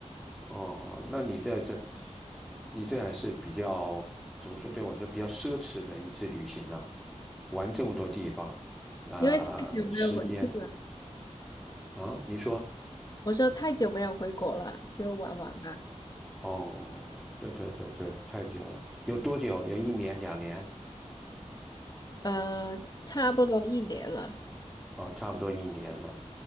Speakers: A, in the centre; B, on the left (about 35°).
A: 哦，那你这这，你这还是比较怎么说？对我来说比较奢侈的一次旅行呐、玩这么多地方，呃，
B: 因为太久没有回去了。
A: 时间啊，你说？
B: 我说太久没有回国了，就玩玩嘛。
A: 哦，对对对对，太久了，有多久？有一年、两年
B: 呃，差不多一年了，
A: 啊，差不多一年了。